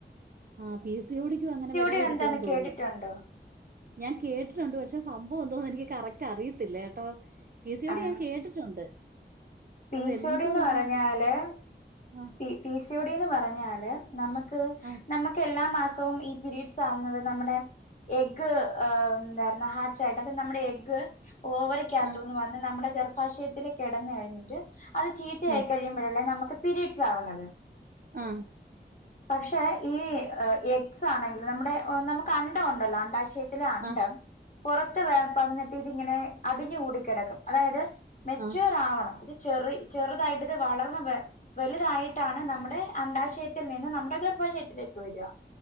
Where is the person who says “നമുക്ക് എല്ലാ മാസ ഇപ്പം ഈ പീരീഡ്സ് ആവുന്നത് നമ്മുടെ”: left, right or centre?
Left